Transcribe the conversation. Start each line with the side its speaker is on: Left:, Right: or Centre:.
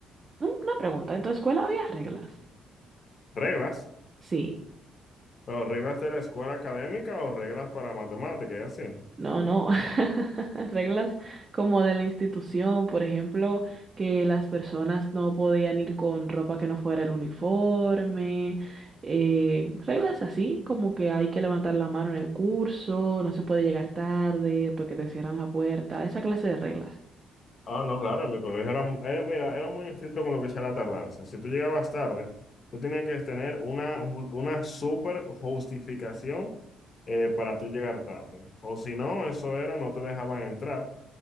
Right: mm, una pregunta, ¿en tu escuela había reglas?
Left: reglas,
Right: Sí.
Left: pero reglas de la escuela académica o reglas para matemáticas y así.
Right: No, no. <laughs> Reglas como de la institución, por ejemplo, que las personas no podían ir con ropa que no fuera el uniforme. eh, reglas así, como que hay que levantar la mano en el curso, no se puede llegar tarde porque te cierran la puerta, esa clase de reglas.
Left: Ah, no, claro, en mi colegio era, mu- era, mira, era muy estricto con lo que sea la tardanza. Si tú llegabas tarde, tú tenías que tener una, ju- una súper justificación eh, para tú llegar tarde. O si no, eso era, no te dejaban entrar.